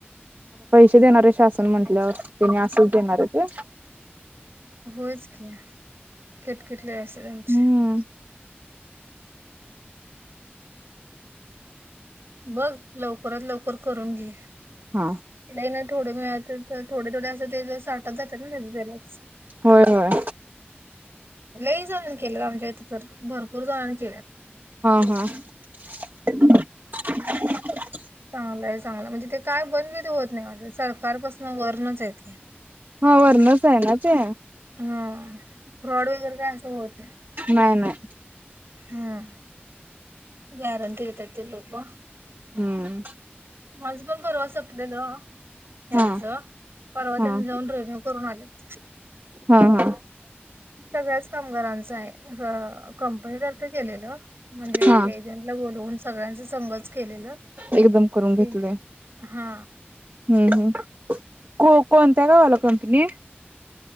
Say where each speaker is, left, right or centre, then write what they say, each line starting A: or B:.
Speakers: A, on the right; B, on the right.
A: देणार शासन म्हटल्यावरच तेनि असच देणारे ते
B: होच कि किरकिर लई असत्य त्यांची
A: हम्म
B: बघ लवकरात लवकर करून घे
A: हा
B: नाही ना थोडे मिळात तर थोडे थोडे असं ते साठत जातात ना भाजलाच
A: होय होय
B: लई जणांनी केलेत आमच्या इथे तर भरपूर जणांनी केल्यात
A: ह <unintelligible>
B: चांगलंय चांगलाय म्हणजे ते काय बंदबिंद होत नाही वाटत कालपासन वरणच आहेत का
A: हा वरणच आहे ना ते
B: हा फ्रॉड वगैरे काय असं होत नाही
A: नाही नाही
B: हम्म गॅरंटी घेतात ते लोक माझं
A: हम्म
B: पण परवा संपलेलं त्यांचं
A: हा
B: परवा
A: हा
B: त्यांनी जाऊन रेवव करून आलेत
A: हा हा
B: सगळ्याच कामगारांचा आहे कंपनीतर्फे केलेलं म्हणजे
A: हा
B: ते एजंटला बोलवून सगळ्यांच संघच केलेलं
A: एकदम करून घेतले
B: ते
A: हम्म
B: हा
A: हम्म को कोणत्या गावाला कंपनी